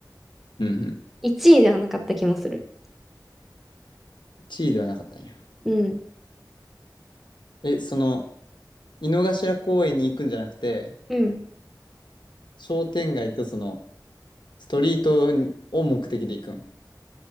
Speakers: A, on the left (about 85°); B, in the centre.
A: うん、うん。
B: 1位ではなかった気もする。
A: 1位ではなかったんや。
B: うん。
A: え、その、井の頭公園に行くんじゃなくて、
B: うん
A: 商店街とその、ストリートを目的で行くん。